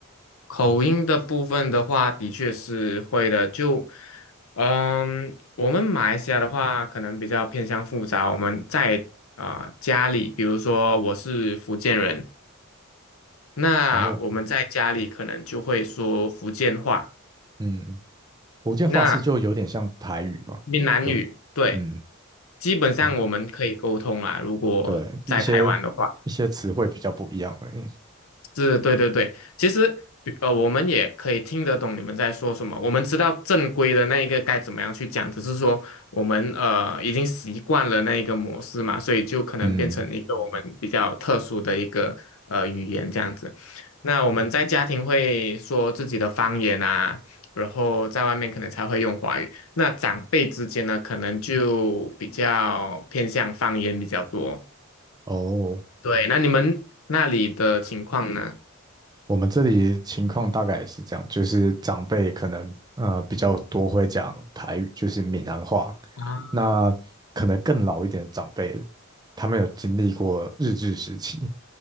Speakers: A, on the left; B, on the right.
A: 口音的部分的话，的确是会的。就，嗯，我们马来西亚的话，可能比较偏向复杂。我们在啊、家里，比如说我是福建人，那我们在家里可能就会说福建话，
B: 然后嗯，福建话是就有点像台语嘛，
A: 那闽南语，
B: 就
A: 对，
B: 嗯
A: 基本上我们可以沟通啦。
B: 哦
A: 如果在台湾的话。
B: 对，一些一些词汇比较不一样而已。
A: 是，对对对，其实比呃，我们也可以听得懂你们在说什么，我们知道正规的那一个该怎么样去讲，只是说我们呃已经习惯了那一个模式嘛，所以就可能变成一个我们比较特殊的一个呃语言这样子。
B: 嗯
A: 那我们在家庭会说自己的方言啊，然后在外面可能才会用华语。那长辈之间呢，可能就比较偏向方言比较多。
B: 哦，
A: 对，那你们那里的情况呢？
B: 我们这里情况大概也是这样，就是长辈可能呃比较多会讲台语，就是闽南话。
A: 啊。
B: 那可能更老一点的长辈，他们有经历过日治时期，